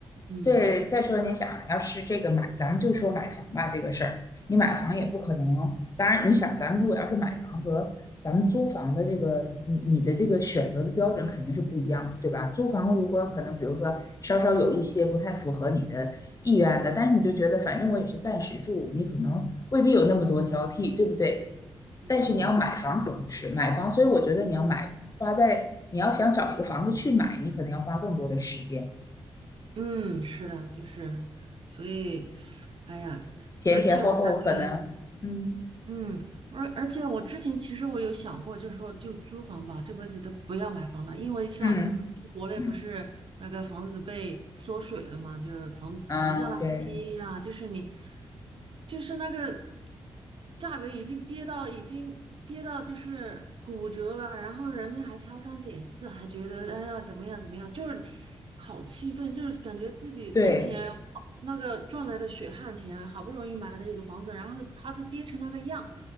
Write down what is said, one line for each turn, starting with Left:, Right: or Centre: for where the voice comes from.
Right: 嗯
Left: 对，再说你想，要是这个买，咱们就说买房吧这个事儿，你买房也不可能。当然，你想，咱们如果要是买房和咱们租房的这个，你你的这个选择的标准肯定是不一样，对吧？租房如果可能，
Right: 嗯，
Left: 比如说稍稍有一些不太符合你的意愿的，但是你就觉得反正我也是暂时住，你可能未必有那么多挑剔，对不对？
Right: 对对对，
Left: 但是你要买房可不是买房，所以我觉得你要买花在你要想找一个房子去买，你可能要花更多的时间。
Right: 嗯，是的，就是，所以，哎呀，
Left: 前前后后可能，
Right: 我感觉，
Left: 嗯
Right: 嗯，而而且我之前其实我有想过，就是说就租房吧，这辈子都不要买房了，因为像
Left: 嗯嗯，
Right: 国内不是那个房子被缩水了嘛，就是房房价那个跌呀、
Left: 嗯，对
Right: 就是你就是那个价格已经跌到已经跌到就是骨折了，然后人们还挑三拣四，还觉得哎呀怎么样怎么样，就是好气愤，就是感觉自己之前花那个赚来的血汗钱，
Left: 对
Right: 好不容易买的一个房子，然后它就跌成那个样。